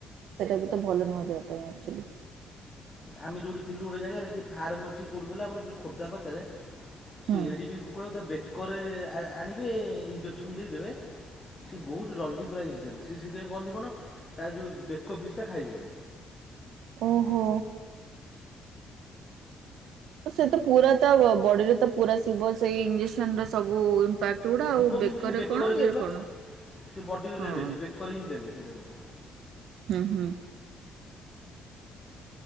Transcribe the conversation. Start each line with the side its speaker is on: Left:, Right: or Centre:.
Right: ସେଟା ବି ତ ଭଲ ନୁହଁ ଦେହ ପାଇଁ ଆଚୁଲି।
Left: ଆମେ ଯେଉଁଠି ଥିଲୁ ଗୋଟେ ଜାଗାରେ ଫାର୍ମଅଛି କେଉଠୁ କହିଲ ଯୋ ଆମର ଖୋର୍ଦ୍ଧା ପାଖରେ। ସେ
Right: ହୁଁ
Left: ଏଡ଼ିକି କୁକୁଡ଼ାକୁ ତା ବେକରେ ଆଣିବେ ଇଞ୍ଜେକ୍ସନ୍ ଦେଇଦେବେ। ସିଏ ବହୁତ ଜଲ୍ଦି ପୁରା ହେଇଥାନ୍ତି ସିଏ ସେଇଥିପାଇଁ କହନ୍ତି କଣ ତା ଯଉବେକ ପିସ୍ ଟା ଖାଇବେନି।
Right: ଓହୋ ଏ ସେତ ପୁରା ତା ବ ବଡିରେ ତ ପୁରା ଶିବ ସେଇ ଇଞ୍ଜେକ୍ସନ ର ସବୁ ଇମ୍ପାକ୍ଟ ଗୁଡା
Left: ଯିବ
Right: ଆଉ
Left: କିନ୍ତୁ ସେ ବେକରେ
Right: କଣ
Left: ଦେବେ
Right: ଇଏରେ କଣ
Left: ପା ସେ ବଡିରେ
Right: ହଁ
Left: ଦେବେନି ବେକରେ ହିଁ ଦେବେ ସେଟାକୁ।
Right: ହୁଁ ହୁଁ